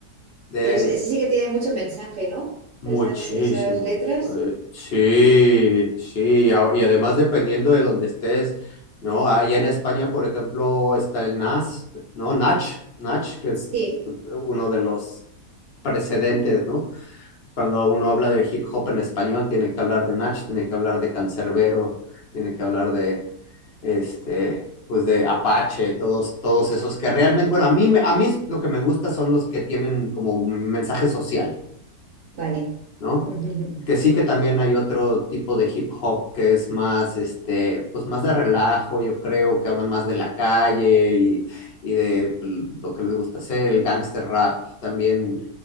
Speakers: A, on the left; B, on the right.
A: de,
B: Des- ese sí que tiene mucho mensaje, ¿no?
A: Muchísimos.
B: Esas, esas letras.
A: eh, sí, sí, y a- y además dependiendo de donde estés, ¿no? Allá en España, por ejemplo, está el NAS, ¿no? Nach, Nach, que es
B: Sí,
A: uno de los precedentes, ¿no? Cuando uno habla de hip hop en español, tiene que hablar de Nach, tiene que hablar de Cancerbero tiene que hablar de, este, pues de Apache, todos, todos esos que realmente, bueno, a mí, me- a mí lo que me gusta son los que tienen como mensaje social.
B: vale.
A: ¿no?
B: <laughs>
A: Que sí que también hay otro tipo de hip hop que es más, este, pues más de relajo, yo creo, que habla más de la calle y, y de pues, lo que les gusta hacer, el gangster rap también,